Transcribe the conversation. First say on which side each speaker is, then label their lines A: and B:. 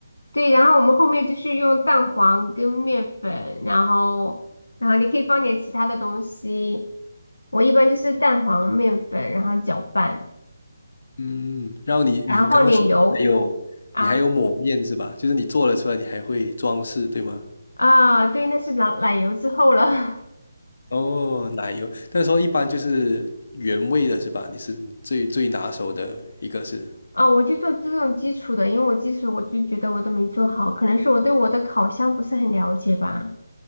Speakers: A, on the left (about 70°); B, on the left (about 55°).
A: 对，然后我们后面就是用蛋黄跟面粉，然后然后你可以放点其他的东西，我一般就是蛋黄、面粉，然后搅拌，
B: 嗯，然后你你刚刚说你还有你还有抹面是吧？
A: 然后放点油啊
B: 就是你做了出来，你还会装饰，对吗？
A: 啊，对，那是奶奶油之后了 <laughs>
B: 哦，奶油，那时候一般就是原味的是吧？你是最最拿手的一个是，
A: 啊，我就做这种基础的，因为我基础我就觉得我都没做好，可能是我对我的烤箱不是很了解吧。